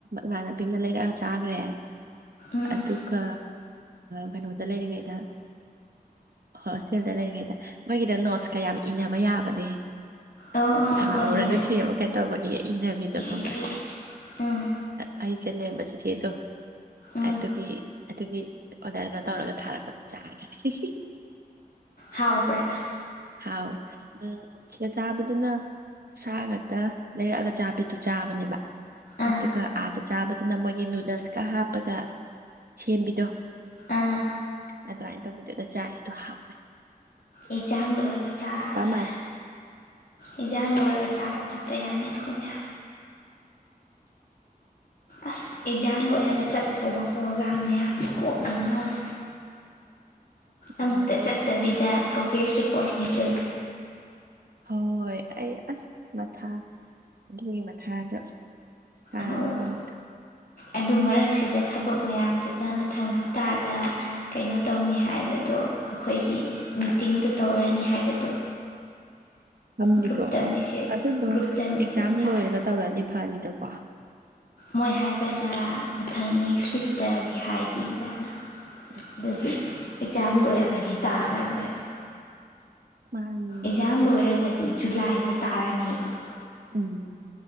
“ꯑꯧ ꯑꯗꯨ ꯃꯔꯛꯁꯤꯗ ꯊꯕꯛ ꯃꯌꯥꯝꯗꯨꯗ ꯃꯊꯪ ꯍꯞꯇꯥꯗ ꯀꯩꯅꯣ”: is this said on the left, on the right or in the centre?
Left